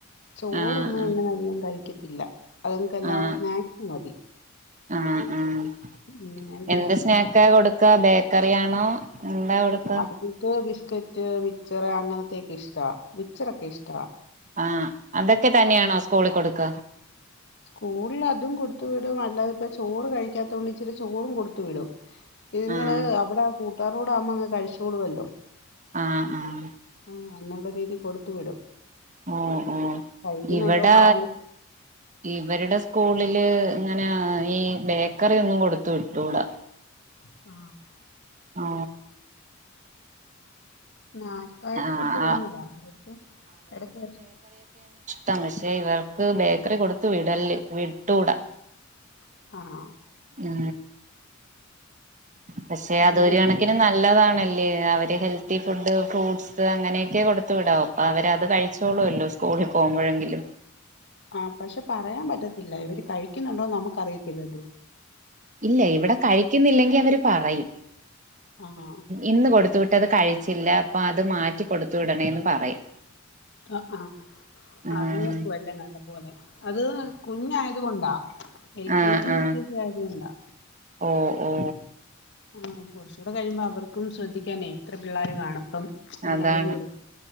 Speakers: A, on the left; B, on the right.
A: ചോറൊന്നും
B: ആഹ് ആഹ്
A: ങ്ങനെ അദികം കഴിക്കത്തില്ല അത് ക്കെല്ലാം
B: ആഹ്
A: സ്നാക്സ് മതി
B: ആഹ് ആഹ്
A: ഉം എന്തെങ്കിലും
B: എന്ത് സ്നാക്ക
A: സ്നാക്സ്
B: കൊടുക്ക ബേക്കറി ആണോ എന്താ കൊടുക്കാ
A: അത്ക്ക് ബിസ്കറ്റ് മിച്ചർ അങ്ങനത്തെയൊക്കെ ഇഷ്ടാ മിച്ചറൊ ക്കെ ഇഷ്ട
B: ആ അതൊക്കെ തന്നെയാണോ സ്കൂളി കൊടുക്ക
A: സ്കൂളിൽ അതും കൊടുത്തു വിടും അല്ലാതി ഇപ്പ ചോറ് കഴിക്കാത്തോണ്ട് ഇച്ചിരി ചോറും കൊടുത്തു വിടും നിങ്ങള്
B: ആഹ്
A: അവിടെകൂട്ടാരോടാമ്മെ കഴിച്ചോളുല്ലോ
B: ആ ആ
A: ആ അന്നു ള്ള രീതി കൊടുത്തു വിടും
B: ഓ ഓ
A: കഴിക്കുന്നുണ്ടോ
B: ഇവടെ
A: കാണും
B: ഇവരുടെ സ്കൂളില് ഇങ്ങനെ ഈ ബേക്കറി ഒന്നും കൊടുത്തു വിട്ടൂടാ
A: ആ
B: ഓ
A: സ്നാക്കായിട്ട്
B: ആഹ്
A: കൊടുത്ത വിടുന്നതാ അവര്ക് ഇടക്ക്
B: തമശേ ഇവർക്ക് ബേക്കറി കൊടുത്ത വിടല്ലേ വിട്ടൂടാ
A: അ ആ
B: എ പക്ഷെ അതൊരു
A: അങ്ങനെ
B: കണക്കിന് നല്ലതാണ് ല്ലേ അവര് ഹെൽത്തി ഫുഡ് ഫ്രൂട്ട്സ് അങ്ങനെയൊക്കെ കൊടുത്തു വിടാവും അപ്പോ അവരത് കഴിച്ചോളല്ലോ സ്കൂ- കൂളിൽ പോകുമ്പോഴെങ്കിലും
A: ആ പഷേ പറയാൻ പറ്റത്തില്ല ഇവര് കഴിക്കുന്നുണ്ടോന്ന് നമുക്ക് അറിയത്തില്ലല്ലോ
B: ഇല്ല ഇവിടെ കഴിക്കുന്നില്ലെങ്കി അവര് പറയും
A: ആ
B: ഇന്ന് കൊടുത്തു വിട്ട അത് കഴിച്ചില്ല അപ്പൊ അത് മാറ്റിക്കൊടുത്തു വിടണേന്ന് പറയും.
A: ആ ആ
B: ആഹ്
A: ആ നോക്കും അല്ലേ നല്ല പോലെ അത് കുഞ്ഞായി കൊണ്ടാ എൽ
B: ആഹ്
A: കെ ജി യു
B: ആഹ്
A: കെ ജി ആയത്കൊണ്ടാ.
B: ഓ ഓ
A: ആ കുറച്ചുകൂടെ കഴിയുമ്പോ അവർക്കും ശ്രദ്ധിക്കാനേ എത്ര പിള്ളേര് കാണും. പ്പം എല്ലാരേം
B: അതാണ്
A: കൂടെ